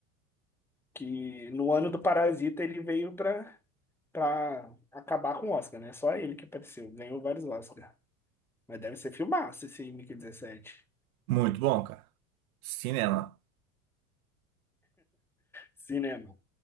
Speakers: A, in the centre; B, on the right (about 75°).
A: Que no ano do Parasita ele veio pra para acabar com o Oscar, né? Só ele que apareceu, ganhou vários Oscars. Mas deve ser filmaço esse MK-17.
B: Muito bom, cara. Cinema.
A: Cinema.